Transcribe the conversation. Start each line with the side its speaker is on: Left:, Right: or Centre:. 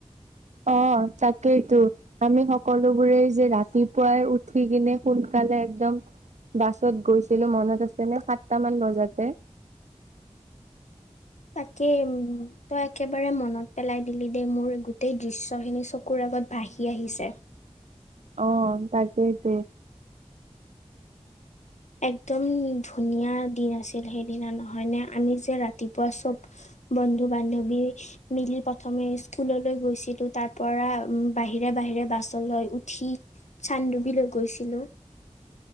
Right: অ তাকেইতো আমি সকলোবোৰে যে ৰাতিপুৱাই উঠি কিনে সোনকালে একদম বাছত গৈছিলো, মনত আছে নে সাতটা মান বজাতে।
Left: তাকে উম তই, একেবাৰে মনত পেলাই দিলি, দেই মোৰ গোটেই দৃশ্য খিনি চকু চকুৰ আগত ভাহি আহিছে।
Right: অ তাকেইতো
Left: একদম ধুনীয়া দিন আছিল, সেইদিনা নহয়নে আমি যে ৰাতিপুৱা চব বন্ধু বান্ধৱী - মিলি প্ৰথমে স্কুললৈ গৈছিলো, তাৰ পৰা উম বাহিৰে বাহিৰে বাছলৈ উঠি - চানডুবিলৈ গৈছিলো।